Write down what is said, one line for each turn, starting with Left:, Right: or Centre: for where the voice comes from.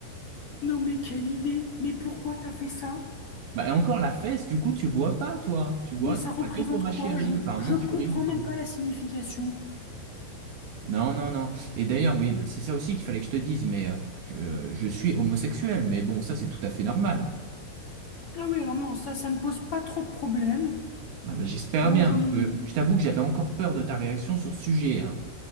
Left: Non, mais quelle idée. Mais pourquoi t'as fait ça?
Right: Bah, et encore la fesse, du coup, tu le vois pas, toi. Tu vois,
Left: Mais ça
Right: ça sera
Left: représente
Right: que pour ma
Left: quoi?
Right: chérie.
Left: Je,
Right: Enfin,
Left: je
Right: mon
Left: comprends
Right: chéri, du
Left: même
Right: coup.
Left: pas la signification.
Right: Non, non, non. Et d'ailleurs, oui, bah, c'est ça aussi qu'il fallait que je te dise, mais euh, je, euh, je suis homosexuel, mais bon, ça c'est tout à fait normal.
Left: Ah oui, alors non, ça, ça me pose pas trop de problèmes.
Right: Ah, bah, j'espère
Left: Bon,
Right: bien,
Left: j'en
Right: parce
Left: ai.
Right: que je t'avoue que j'avais encore peur de ta réaction sur ce sujet, hein.